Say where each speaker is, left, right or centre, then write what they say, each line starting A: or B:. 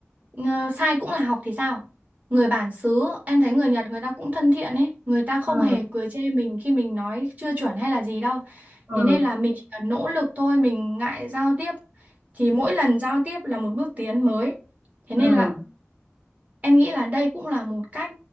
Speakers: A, on the right; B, on the right.
A: ờ, sai cũng là học thì sao? Người bản xứ, em thấy người Nhật người ta cũng thân thiện ấy. Người ta không
B: ừ
A: hề cười chê mình khi mình nói chưa chuẩn hay là gì đâu.
B: ừ
A: Thế nên là mình chỉ cần nỗ lực thôi, mình ngại giao tiếp. Thì mỗi lần giao tiếp là một bước tiến mới. Thế
B: ừm,
A: nên
B: ừm,
A: là em nghĩ là đây cũng là một cách